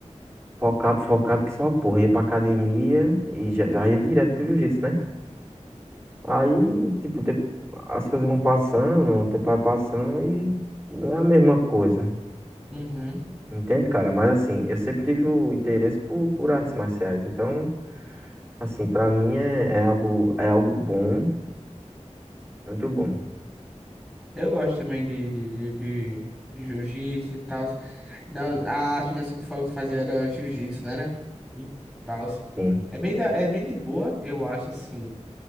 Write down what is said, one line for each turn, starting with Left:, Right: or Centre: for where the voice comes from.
Right: focado, focado, que só, uma porra, ia pra academia e já, já ia direto pro jiu-jitsu, né? Aí, tipo, de- as coisas vão passando, o tempo vai passando e não é a mesma coisa.
Centre: uhum.
Right: Entende, cara? Mas assim, eu sempre tive o interesse por, por artes marciais. Então, assim, pra mim é, é algo, é algo bom, muito bom.
Centre: Eu gosto também de, de, de, de- de jiu-jitsu e tal. Não, a armação que tu falou que fazia era jiu-jitsu, né? né? E tal.
Right: Sim.
Centre: É bem, da, é bem de boa, eu acho, assim.